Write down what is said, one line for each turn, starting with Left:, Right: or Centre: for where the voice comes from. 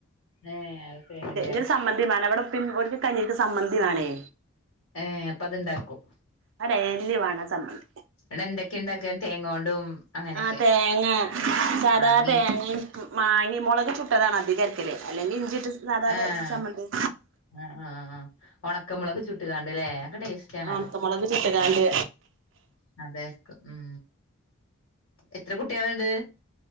Left: ഏഹ് അതൊക്കെയാണല്ലേ
Right: ഒരു സമ്മന്തി വേണം ഇവിടെ ഉപ്പ ഓൽക്ക് കഞ്ഞിക്ക് സമ്മന്തി വേണേ
Left: ഏഹ് അപ്പൊ അത്ണ്ടാക്കും
Right: അത് ഡെയിലി വേണം ചമ്മന്തി
Left: ഇടെ എന്തൊക്കെയ ഇണ്ടാക്കാ തേങ്ങോണ്ടും അങ്ങനെയൊക്കെ
Right: ആഹ് തേങ്ങ സാദാ
Left: മാങ്ങി
Right: തേങ്ങയും മാങ്ങയേം മൊളക് ചുട്ടതാണ് അധികരക്കല് അല്ലെങ്കിൽ ഇഞ്ചിട്ട് സാദാതെ
Left: ആഹ്
Right: ചമ്മന്തി
Left: ആഹ് ആ ആ ഉണക്ക മുളക് ചുട്ടുങ്ങാണ്ട്ല്ലേ ഒക്കെ ടേസ്റ്റ് ആണല്ലോ
Right: ഒണക്ക മൊളക് ചുട്ട്ക്കാണ്ട്
Left: അതായിര്ക്കും ഉം എത്ര കുട്ട്യേള്ണ്ട്